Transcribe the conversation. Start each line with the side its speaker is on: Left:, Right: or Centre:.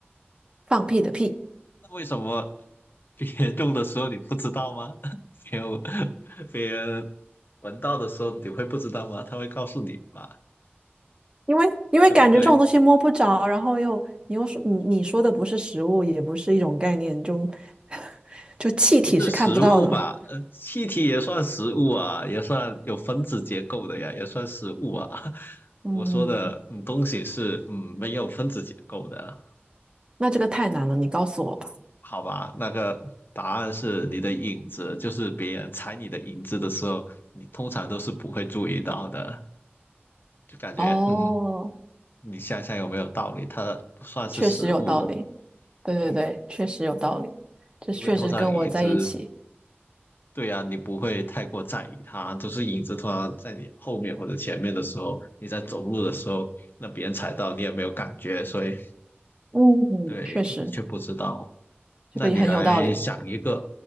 Right: 放屁的屁，
Left: 那为什么别人用的时候你不知道吗？<laughs> 别人别人闻到的时候你会不知道吗？他会告诉你吧，
Right: 因为因为感觉这种东西摸不着，
Left: 对不对？
Right: 然后又你又说你你说的不是食物，也不是一种概念，就 <laughs> 就气体是看不到的。
Left: 是食物吧？呃气体也算食物啊，也算有分子结构的呀，也算食物啊。<laughs>
Right: 嗯，
Left: 我说的，嗯，东西是嗯没有分子结构的，
Right: 那这个太难了，你告诉我吧。
Left: 好吧？那个答案是你的影子，就是别人踩你的影子的时候，你通常都是不会注意到的，就感觉嗯，
Right: 哦，
Left: 你想想有没有道理？它不算是食物，
Right: 确实有道理，对对对，
Left: 对，
Right: 确实有道理，这确实跟我在一起。
Left: 因为通常一只。对呀、你不会太过在意它，就是影子突然在你后面或者前面的时候，你在走路的时候，那别人踩到你也没有感觉，所以
Right: 嗯，
Left: 对你却不知道。
Right: 确实，这个也很有道理。
Left: 那你来想一个，